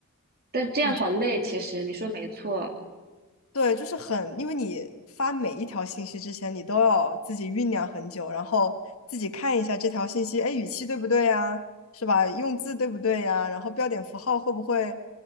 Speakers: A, on the right (about 45°); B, on the left (about 70°).
A: 但这样好累，
B: 我。
A: 其实你说没错。
B: 对，就是很，因为你发每一条信息之前，你都要自己酝酿很久，然后自己看一下这条信息，哎，语气对不对呀？是吧？用字对不对呀？然后标点符号会不会，